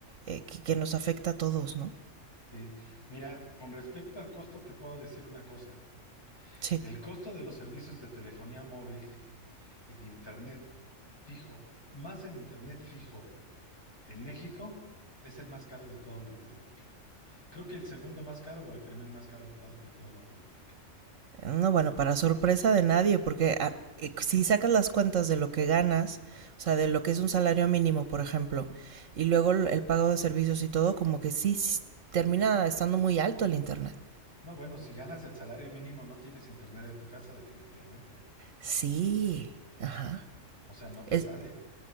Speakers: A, on the right (about 75°); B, on the left (about 20°).
A: eh, que, que, nos afecta a todos, ¿no?
B: Sí. Mira, con respecto al costo, te puedo decir una cosa.
A: Sí.
B: El costo de los servicios de telefonía móvil y de internet fijo, más el internet fijo en México, es el más caro de toda Latinoamérica. Creo que el segundo más caro o el primer más caro de, to- de toda Latinoamérica.
A: No, bueno, para sorpresa de nadie, porque a- eh, si sacas las cuentas de lo que ganas, o sea, de lo que es un salario mínimo, por ejemplo, y luego el el pago de servicios y todo, como que sí, sí, termina estando muy alto el internet.
B: No, bueno, si ganas el salario mínimo, no tienes internet en tu casa, definitivamente.
A: Sí, ajá.
B: O sea, no te
A: Es,
B: sale.